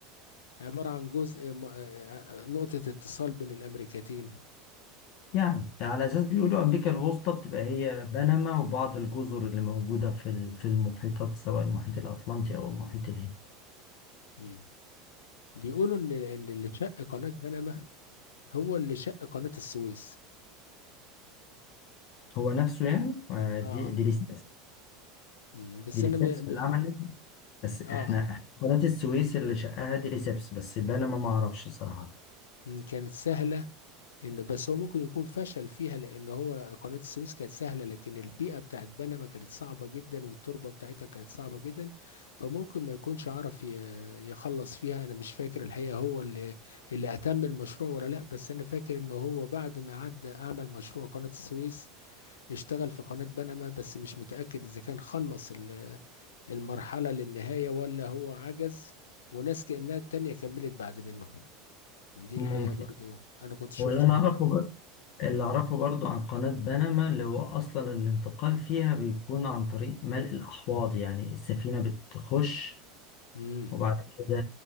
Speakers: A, on the left; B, on the left.
A: عبارة عن جزء م... آه، آه، نقطة اتصال بين الأمريكتين
B: يعني على اساس بيقولوا امريكا الوسطى بتبقى هي بنما وبعض الجزر اللي موجوده في ال- في المحيطات سواء المحيط الاطلنطي او
A: مم.
B: المحيط الهندي
A: مم. بيقولوا إن إن اللي شق قناة بنما هو اللي شق قناة السويس
B: هو نفسه يعني آه،
A: اه
B: دي دي ريسبس
A: مم. بس
B: دي ريسبس
A: أنا م...
B: اللي
A: م...
B: عملت بس احنا
A: اه
B: إحنا قناه السويس اللي شقها دي ريسبس بس بنما ما اعرفش صراحه
A: مم. كانت سهلة ان بس هو ممكن يكون فشل فيها لان هو قناة السويس كانت سهلة لكن البيئة بتاعت بنما كانت صعبة جدا والتربة بتاعتها كانت صعبة جدا فممكن ما يكونش عرف ي- يخلص فيها انا مش فاكر الحقيقة هو اللي اللي اتم المشروع ولا لا بس انا فاكر ان هو بعد ما عدى اعمل مشروع قناة السويس اشتغل في قناة بنما بس مش متأكد اذا كان خلص ال- المرحلة للنهاية ولا هو عجز وناس كأنها التانية كملت بعد منه دي
B: ممكن
A: الحقيقة برضو أنا كنت شفت
B: هو اللي انا اعرفه
A: برنامج
B: بر- اللي اعرفه برضو عن قناه بنما اللي هو اصلا الانتقال فيها بيكون عن طريق ملء الاحواض يعني السفينه بتخش
A: امم
B: وبعد كده